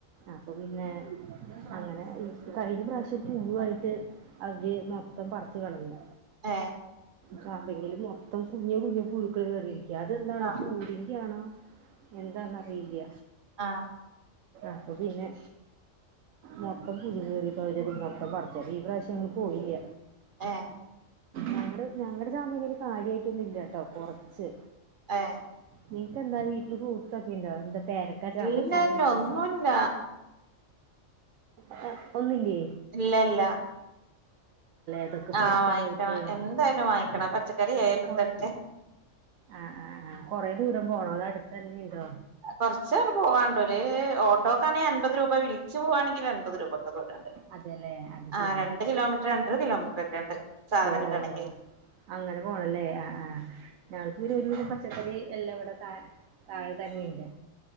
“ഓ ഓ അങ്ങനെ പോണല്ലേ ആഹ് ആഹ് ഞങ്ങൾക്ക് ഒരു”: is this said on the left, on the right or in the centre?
Right